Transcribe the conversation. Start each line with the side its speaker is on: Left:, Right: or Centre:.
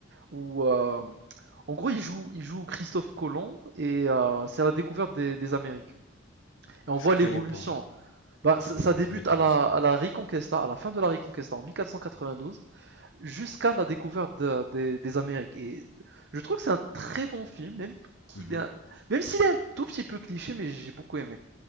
Right: où. euh, en gros, il joue, il joue Christophe Colomb et euh, c'est la découverte des, des Amériques. Et on
Left: Je
Right: voit
Left: connais
Right: l'évolution.
Left: pas.
Right: Ben ça,
Left: Je,
Right: ça
Left: je connais
Right: débute
Left: pas
Right: à
Left: le
Right: la,
Left: film.
Right: à la Reconquista, à la fin de la Reconquista en mille quatre quatre-vingt-douze. cent quatre-vingt-douze, jusqu'à la découverte de- des- des Amériques. Et je trouve que c'est un très bon film, même qu'il
Left: Mhm.
Right: est un- même s'il est un tout petit peu cliché, mais j'ai beaucoup aimé.